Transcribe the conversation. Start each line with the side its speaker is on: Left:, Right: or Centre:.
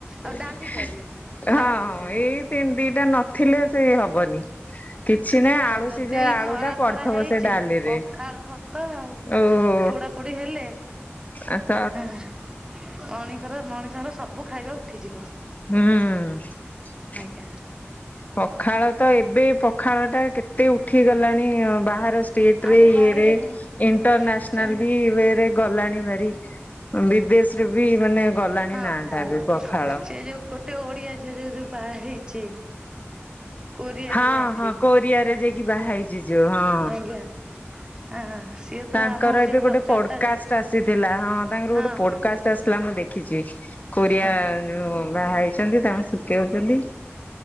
Right: ଆଉ
Left: ହଁ
Right: ଡାଲିଟା ବି ଡାଲିଟା
Left: ହଁ
Right: ବି
Left: ଏଇ ତିନି ଦିଟା ନଥିଲେ ସେ ହବନି। କିଛି ନାହିଁ
Right: ଆଉ
Left: ଆଳୁ
Right: ଯଦି
Left: ସିଝା ଆଳୁ
Right: ଖରା
Left: ଟା ପଡିଥିବ
Right: ଫରା ହେଇଛି
Left: ସେ ଡାଲିରେ।
Right: ପଖାଳ ଭା ତ ଆଉ
Left: ଓହୋ
Right: ପୋଡାପୋଡି ହେଲେ।
Left: ଆସ
Right: ଅଣିଙ୍କର ମଣିଷଙ୍କର ସବୁ ଖାଇବା ଉଠିଯିବ।
Left: ହୁଁ।
Right: ଆଜ୍ଞା
Left: ପଖାଳ ତ ଏବେ ପଖାଳଟା କେତେ ଉଠି ଗଲାଣି ବାହାର। ଟ୍ରେନରେ
Right: ଆଉ
Left: ଇଏରେ
Right: ବାଇରେ କଣ
Left: ଇଣ୍ଟରନ୍ୟାସନାଲ
Right: ସେମିତି
Left: ବି ଇଏରେ ଗଲାଣି ଭାରି। ବିଦେଶରେ ବି ମାନେ ଗଲାଣି
Right: ହଁ
Left: ନାଁ ଟା ଏବେ ପଖାଳ।
Right: ସେ ଯୋଉ ଗୋଟେ ଓଡିଆ ଝିଅ ଯୋଉ ଯୋଉ ବାହା ହେଇଛି। କୋରିଆରେ
Left: ହଁ
Right: ଯାଇକି
Left: ହଁ କୋରିଆରେ ଯାଇକି ବାହା ହେଇଛି ଯୋଉ ହଁ।
Right: ଆଜ୍ଞା ହଁ ସିଏ ତ
Left: ତାଙ୍କର
Right: ଆମ ଓଡିଆ
Left: ଏବେ ଗୋଟେ
Right: କଲଚର
Left: ପଡକାଷ୍ଟ
Right: ଟା ଯା
Left: ଆସିଥିଲା ହଁ ତାଙ୍କର
Right: ହଁ
Left: ଗୋଟେ ପୋଡକାଷ୍ଟ
Right: ହଁ
Left: ଆସି ମୁ ଦେଖିଛି କୋରିଆ
Right: ହଁ
Left: ବାହା ହେଇଛନ୍ତି ତାଙ୍କୁ ଶିଖେଇଉଛନ୍ତି।